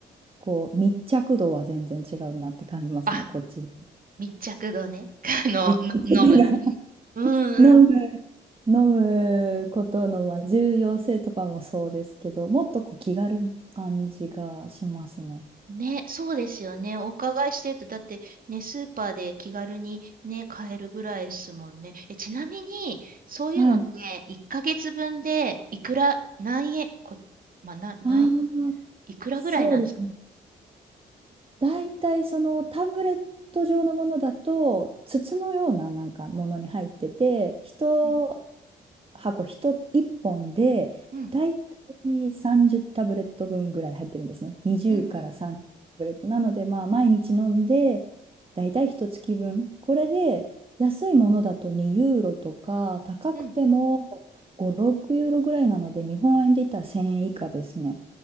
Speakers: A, on the right; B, on the right.
A: こう、密着度は全然違うなって感じますね、
B: あ、
A: <laughs> こっち。
B: 密着度ね。<laughs> あの、
A: <laughs>
B: の、飲む。うんうん。
A: 飲む、飲むことの、まあ、重要性とかもそうですけど、もっとこう気軽な感じがしますね。
B: ね、そうですよね。お伺いしてると、だってね、スーパーで気軽にね、買えるぐらいですもんね。え、ちなみに、そういうのって、
A: はい。
B: 1ヶ月分で、いくら、何円、こ、まあ、な、何、
A: ああ、
B: いくらぐらいなんですか
A: そうですね。大体そのタブレット状のものだと、筒のようななんかものに入ってて、人
B: うん、
A: 箱1、1本で、
B: うん、
A: だいたい30タブレット分ぐらい入ってるんですね。20から30タブレット。
B: うん、うん。
A: なので、まあ、毎日飲んで、だいたい1月分。これで、安いものだと2ユーロとか、高くても5、
B: うん
A: 6ユーロぐらいなので、日本円で言ったら1000円以下ですね。